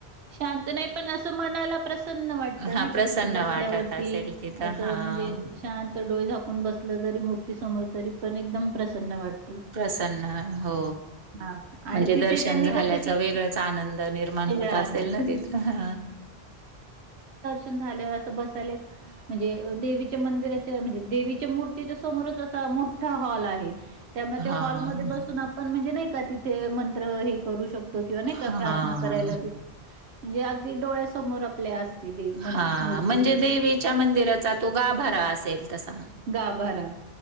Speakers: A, on the right; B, on the right.
A: शांत नाही पण असं मनाला प्रसन्न वाटत
B: हां,
A: नाही का
B: प्रसन्न
A: तिथं बसल्यावरती
B: वाटत असेल तिथं.
A: म्हणजे
B: हां,
A: शां डोळे झाकून बस जरी मू समो पण एकदम प्रसन्न वाटतं
B: प्रसन्न हो
A: हा आणि
B: म्हणजे
A: तिथे
B: दर्शन
A: त्यांनी
B: झाल्याचा
A: कसं केलं
B: वेगळच आनंद निर्माण
A: वेगळा
B: होत असेल
A: आनंद
B: ल त्र ह
A: अस बय म्हणजे देच्या मंदि म्हणजे देच्या मूर्तीच्या समोरच मोठा हॉल आहे त्यामुळे
B: हां,
A: ते हॉलमध्ये बसून आपण म्हणजे नाही का तिथे मंत्र हे करू शकतो किंवा नाही
B: हां,
A: प्रार्थ कराला म्हणजे अगदी डोळ्यासमोर आपल्या असते देव मन
B: हा
A: मूर्ती
B: म्हणजे
A: तिथे
B: देवीच्या मंदिराचा तू गाभरा असेल तसा.
A: गाभरा